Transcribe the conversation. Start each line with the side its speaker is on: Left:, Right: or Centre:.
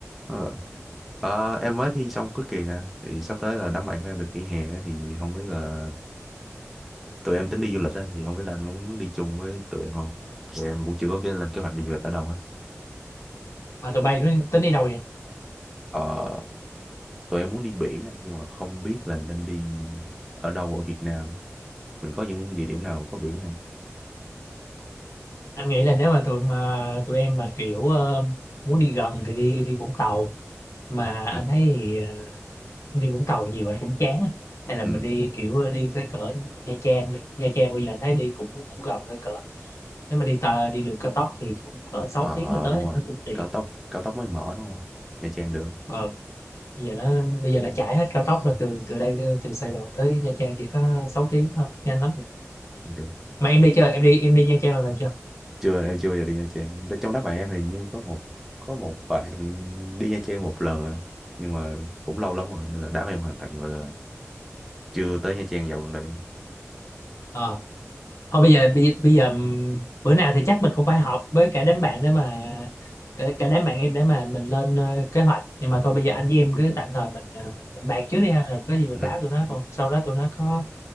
Centre: Ờ. Ờ, em mới thi xong cuối kỳ nè anh. thì sắp tới là đám bạn của em được nghỉ hè á, thì không biết là tụi em tính đi du lịch á, thì không biết là anh muốn đi chung với tụi em không tụi em cũng chưa có cái lên kế hoạch đi du lịch ở đâu hết
Left: mà tụi bay tính đi đâu vậy
Centre: ờ, tụi em muốn đi biển anh nhưng mà không biết là nên đi ở đâu ở Việt Nam mình có những địa điểm nào có biển không
Left: anh nghĩ là nếu mà tụi mà tụi em mà kiểu ờ, muốn đi gần thì đi đi Vũng Tàu mà anh
Centre: ừ,
Left: thấy thì, ờ, đi Vũng Tàu nhiều anh cũng chán á. hay là
Centre: ừ.
Left: mình đi kiểu đi cái cỡ Nha Trang đi Nha Trang bây giờ anh thấy đi cũng, cũng gần cái cỡ nếu mà đi tờ, đi đường cao tốc thì cũng cỡ 6
Centre: Ờ,
Left: tiếng
Centre: ờ,
Left: là tới
Centre: đúng rồi
Left: nó cũng tiện
Centre: cao tốc cao tốc mới mở đúng không Nha Trang được
Left: ờ, bây giờ nó bây giờ nó chạy hết cao tốc rồi từ từ đây từ Sài Gòn tới Nha Trang chỉ có 6 tiếng thôi nhanh lắm
Centre: được
Left: mà em đi chưa em đi em đi Nha Trang lần nào chưa
Centre: chưa em chưa bao giờ đi Nha Trang trong đám bạn em hình như có một có một bạn đi Nha Trang một lần à nhưng mà cũng lâu lắm rồi nên là đám em hoàn toàn gọi là chưa tới Nha Trang dạo gần đây
Left: Ờ. Thôi bây giờ bây, bây giờ bữa nào thì chắc mình cũng phải họp với cả đám bạn để mà cả, cả đám bạn em để mà mình lên ờ, kế hoạch nhưng mà thôi bây giờ anh với em cứ tạm thời mình ờ, mình, mình bàn trước đi ha rồi có gì mình
Centre: Ừ hứ.
Left: báo tụi nó còn sau đó tụi nó có